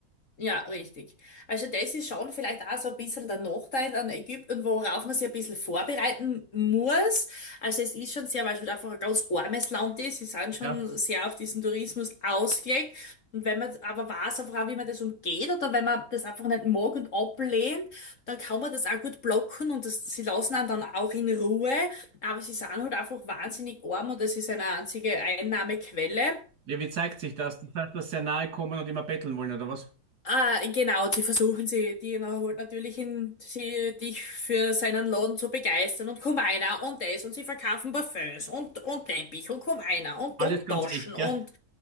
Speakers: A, on the left (about 40°); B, on the right (about 55°).
A: Ja, richtig. Also das ist schon vielleicht auch so ein bisschen der Nachteil an Ägypten, worauf man sich ein bisschen vorbereiten muss. Also es ist schon sehr, weil es halt einfach ein ganz armes Land ist. Sie sind schon
B: Ja.
A: sehr auf diesen Tourismus ausgelegt. Und wenn man aber weiß, einfach auch, wie man das umgeht oder wenn man das einfach nicht mag und ablehnt, dann kann man das auch gut blocken und das, sie lassen einen dann auch in Ruhe. Aber sie sind halt einfach wahnsinnig arm und das ist eine einzige Einnahmequelle.
B: Ja, wie zeigt sich das? Das heißt, dass sehr nahe kommen und immer betteln wollen oder was?
A: Ah, genau, die versuchen sie, die holt natürlich ihn, sie, dich für seinen Laden zu begeistern und komm einer und das und sie verkaufen Parfüms und, und Teppich und komm einer und,
B: Alles
A: und
B: ganz
A: Taschen
B: echt, gell?
A: und